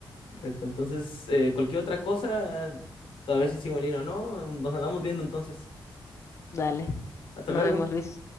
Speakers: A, on the left (about 75°); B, on the left (about 35°).
A: Perfecto. Entonces, eh, cualquier otra cosa, a ver si Simulino o no, nos andamos viendo entonces.
B: Dale.
A: Hasta
B: Nos
A: luego.
B: vemos, Luis.